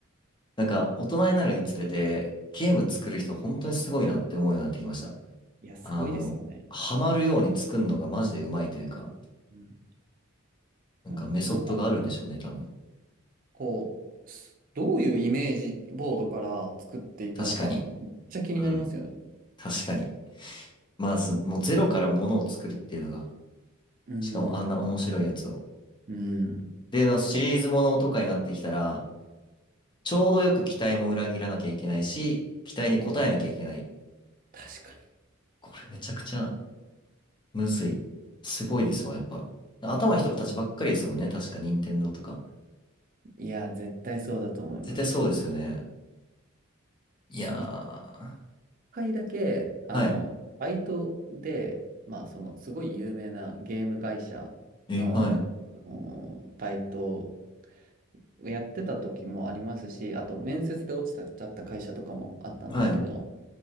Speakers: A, on the left (about 20°); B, on the right (about 40°).
A: なんか、大人になるにつれて、ゲーム作る人、本当にすごいなって思うようになってきました。
B: いや、すごいですよね、
A: あの、ハマるように作るのがマジでうまいというか、
B: あれ。うん。
A: なんかメソッドがあるんでしょうね、
B: な、なんか、
A: 多分。
B: こう、すどういうイメージボードから作っていくのか、
A: 確かに。
B: めっちゃ気になりますよね。
A: うん。確かに。まず、もうゼロからものを作るっていうのが、
B: うん、
A: しかもあんな面白いやつを。
B: うん、
A: で、のシリーズものとかになってきたら、ちょうどよく期待も裏切らなきゃいけないし、期待に応えなきゃいけない。
B: 確かに。
A: これめちゃくちゃむずい。すごいですわ、やっぱ。頭いい人たちばっかりですもんね。確か、任天堂とか。
B: いや、絶対そうだと思います。
A: 絶対そうですよね。いやー。
B: 一回だけ、あの、
A: はい。
B: バイトで、まあ、その、すごい有名なゲーム会社の、
A: え、はい。
B: あのバイトやってた時もありますし、あと面接で落ちた、ちゃった会社とかもあったんですけど、
A: はい。